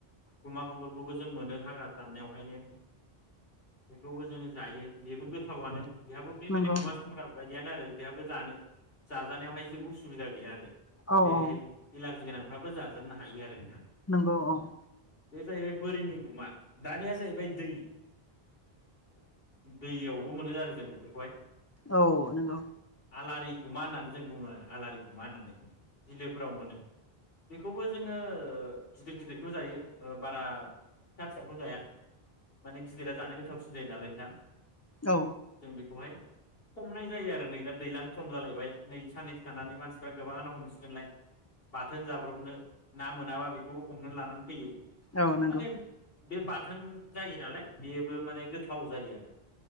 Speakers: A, on the left (about 65°); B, on the left (about 20°).
A: गुमा बदल बेखौबो जों मोनो हाग्रा दाननायावहायनो बेखौबो जों जायो। बेबो गोथावआनो बेहाबो बेबायदि
B: नंगौ
A: गुमा संग्रा बायदि। बियानो आरो बेहाबो जानो जाजानायावहाय जेबो उसुबिदा गैया आरो।
B: औ नंगौ औ नंगौ औ
A: देहोय
B: औ
A: इलारजि गोनां फाबो जाजोबनो हायो आरो। नोंथां
B: नंगौ औ
A: बे जाहैबाय बोरिनि गुमा दानिया जाहैबाय दै दैयावबो मोनो आरो जोङो बेखौहाय
B: औ नंगौ
A: आलारि गुमा होननानै जों बुङो आरो। आलारि गुमा होननानै बिलोफोराव मोनो बेखौबो जोङो गिदिर गिदिरखौ जायो बारा फिसा फिसाखौ जाया माने गिदिरा जानो गोथावसिन जायो नालाय नोंथां।
B: औ
A: जों बेखौहाय हमनाय जायो आरो नै दा दैलां सम जालायबाय नै साननैै नै मानसिफ्रा गोबाङानो हमसिगोनलाय बाथोन जाब्रबनो ना मोनाबा बेखौबो हमनानै लानानै फैयो।
B: औ नंगौ
A: माने बे बाथोन जायो नालाय बेबो माने गोथाव जायो आरो